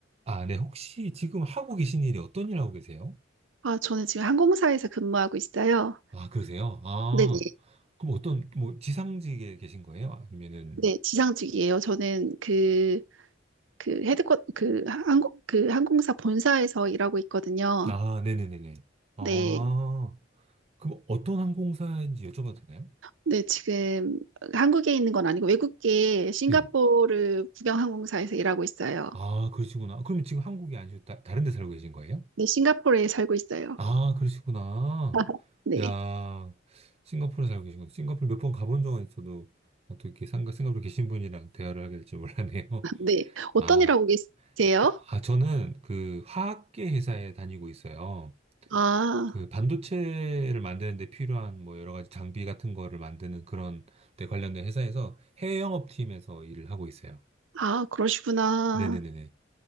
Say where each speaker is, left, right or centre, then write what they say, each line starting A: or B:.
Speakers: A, on the right; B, on the right.
A: 아, 네. 혹시 지금 하고 계신 일이 어떤 일 하고 계세요?
B: 아, 저는 지금 항공사에서 근무하고 있어요.
A: 아, 그러세요? 아,
B: 네네.
A: 그럼 어떤, 뭐, 지상직에 계신 거예요? 아니면은,
B: 네, 지상직이에요. 저는 그, 그 헤드쿼, 그 항공, 그 항공사 본사에서 일하고 있거든요.
A: 아, 네네네네. 아,
B: 네.
A: 그럼 어떤 항공사인지 여쭤봐도 되나요?
B: 네, 지금 한국에 있는 건 아니고 외국계 싱가포르
A: 네네.
B: 국영항공사에서 일하고 있어요.
A: 아, 그러시구나. 그럼 지금 한국이 아니시고 다, 다른 데 살고 계신 거예요?
B: 네, 싱가포르에 살고 있어요.
A: 아, 그러시구나.
B: <laughs> 네.
A: 야, 싱가포르에 살고 계시구나. 싱가포르 몇 번 가본 적은 있어도, 아, 또 이렇게 상가 싱가포르 계신 분이랑 대화를 하게 될 줄 몰랐네요.
B: 네.
A: <laughs>
B: 어떤
A: 아.
B: 일 하고 계세요?
A: 아, 저는 그 화학계 회사에 다니고 있어요.
B: 아,
A: 그 반도체를 만드는데 필요한 뭐 여러 가지 장비 같은 거를 만드는 그런 데 관련된 회사에서 해외 영업팀에서 일을 하고 있어요.
B: 아, 그러시구나.
A: 네네네네.